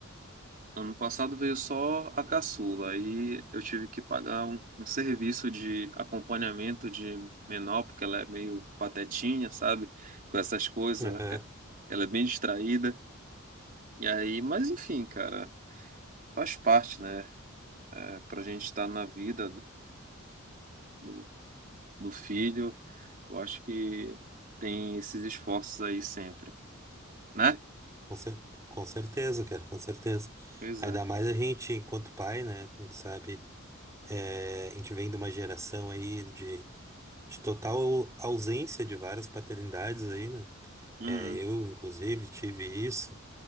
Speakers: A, on the right; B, on the right.
A: ano passado veio só a caçula. Aí eu tive que pagar um, um serviço de acompanhamento de menor, porque ela é meio patetinha, sabe? Com essas coisas.
B: aham.
A: é- Ela é bem distraída. E aí, mas enfim, cara. faz parte, né? É, para a gente estar na vida do, do filho, eu acho que tem esses esforços aí sempre, né?
B: Com cer- com certeza, cara, com certeza.
A: Pois
B: Ainda
A: é.
B: mais a gente, enquanto pai, né? A gente sabe, é, a gente vem de uma geração aí de total ausência de várias paternidades aí, né?
A: Uhum.
B: É, eu, inclusive, tive isso,